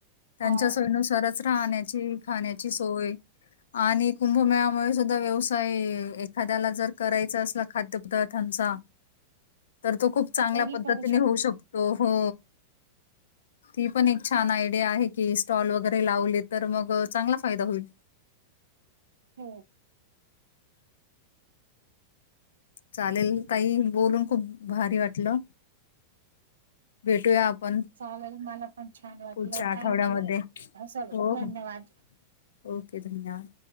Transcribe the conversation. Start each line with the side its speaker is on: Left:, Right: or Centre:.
Left: त्यांच्या
Right: अ
Left: सर्व सरस राहण्याची
Right: स-
Left: खाण्याची सोय आणि कुंभमेळामुळे सुद्धां व्यवसाय एखाद्याला जर करायचा असला खाद्यपदार्थांचा तर तो खूप चांगल्या
Right: तोही
Left: पद्धतीने
Right: करू
Left: होऊ शकतो हो ती पण एक छान आयडिया आहे की स्टॉल वगैरे लावले तर मग चांगला फायदा होईल
Right: हम्म
Left: चालेल ताई बोलून खूप भारी वाटलं भेटूया आपण
Right: चालेल मला पण छान वाटलं
Left: पुढच्या आठवड्यामध्ये
Right: थँक यू सर
Left: हो
Right: धन्यवाद
Left: हो ओके धन्यवाद